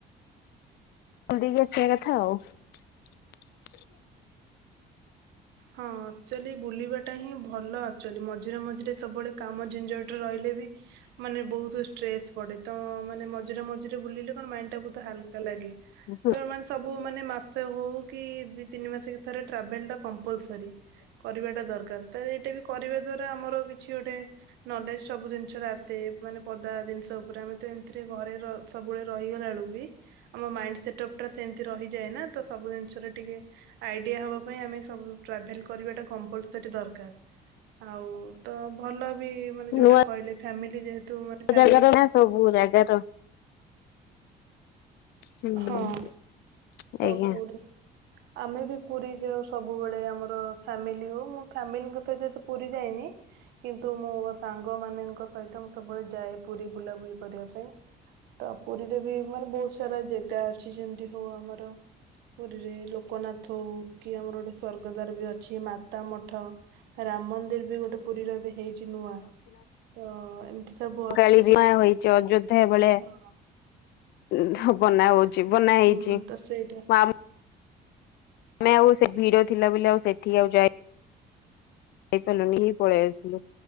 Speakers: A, on the left; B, on the right.
A: ବୁଲିଦେଇକି ଆସିବା କଥା ଆଉ
B: ହଁ ଆକ୍ଚୁଆଲି ବୁଲିବାଟା ହିଁ ଭଲ ଆକଚୁଆଲି ମଝିରେ ମଝିରେ ସବୁବେଳେ କାମ ଝିନଝଟ ରହିଲେ ବି ମାନେ ବହୁତ ଷ୍ଟ୍ରେସ୍ ପଡେ, ତ ମାନେ ମଝିରେ ମଝିରେ ବୁଲିଲେ କଣ ମାଇଣ୍ଡ ଟା ବୋହୁତ୍ ହାଲ କା ଲାଗେ।
A: ହୁଁ
B: ତ ମାନେ ସବୁ ମାନେ ମାସେ ହଉ କି ଦି ତିନି ମାସ ଥରେ ଟ୍ରାଭେଲ ଟା କମ୍ପଲସରି। କରିବାଟା ଦରକାର। ତାର ଏଇଟା ବି କରିବା ଦ୍ୱାରା ଆମର କିଛି ଗୋଟେ ନଲେଜ ସବୁ ଜିନିଷ ରେ ଆସେ। ମାନେ ପଦାର ଜିନିଷ ଉପରେ। ଆମେ ତ ଏମିତିରେ ଘରେ ର ସବୁବେଳେ ରହିଗଲାରୁ ବି? ଆମ ମାଇଣ୍ଡ ସେଟ୍ଅପ୍ ଟା ସେମ ରହିଯାଏ ନା? ତ ସବୁ ଜିନିଷରେ ଟିକେ ଆଇଡିଆ ହବା ପାଇଁ ଆମେ ସବୁ ଟ୍ରାଭେଲ କରିବା ଟା କମ୍ପଲସରି ଦରକାର। ଆଉ ତ ଭଲ ବି ମାନେ ଯୋଉଟା
A: ନୂଆ
B: କହିଲେ ଫ୍ୟାମିଲି ଯେହେତୁ ମାନେ ଫ୍ୟାମିଲି
A: ଜାଗାର
B: ସହିତ
A: ନା ସବୁ ଜାଗାର ହୁଁ
B: ହଁ ତ
A: ଆଜ୍ଞା।
B: ପୁରୀ ଆମେ ବି ପୁରୀ ଯାଉ ସବୁବେଳେ। ଆମ ଆମର ଫ୍ୟାମିଲି ହଉ ମୁଁ ଫ୍ୟାମିଲି ସେତେ ପୁରୀ ଯାଇନି କିନ୍ତୁ ମୁଁ ସାଙ୍ଗମାନଙ୍କ ସହିତ ମୁଁ ସବୁବେଳେ ଯାଏ ପୁରୀ ବୁଲାବୁଲି କରିବାକୁ। ତ ପୁରୀରେ ବି ମାନେ ବହୁତ ସାରା ଯେଗା ଅଛି ଯେମିତି ହଉ ଆମ ପୁରୀରେ ଲୋକନାଥ, ଥଉ କି ଆମର ଗୋଟେ ସ୍ଵର୍ଗ ଦ୍ଵାର ଅଛି, ମାତା ମଠ, ରାମ ମନ୍ଦ ବି ଗୋଟେ ପୁରୀର ବି ହେଇଛି ନୂଆ। ତ ଏମିତି ସବୁ ଅଛି
A: କାଳ ବିମା <unintelligible> ହେଇଛି ଅଯୋଧ୍ୟା ବଳେଆ
B: ହଁ
A: ଉମ୍ ହବ <unintelligible> ବନା ହଉଛି ବନା ହେଇଛି।
B: ହୁଁ ତ ସେଇଟା
A: ଆ ତମେ ଆଉ ସେ ଭିଡ଼ ଥିଲା ବୋଲି ଆଉ ସେଠି ଆଉ ଯାଇ ଯାଇ ପାରିଲୁନି ପଳେଇ ଆସିଲୁ।